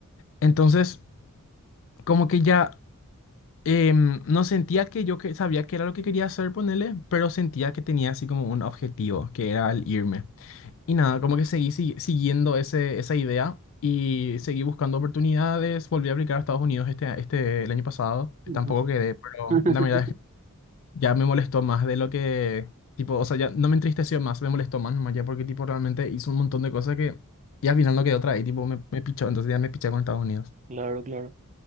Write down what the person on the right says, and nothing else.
ujú.
<laughs>
Claro, claro.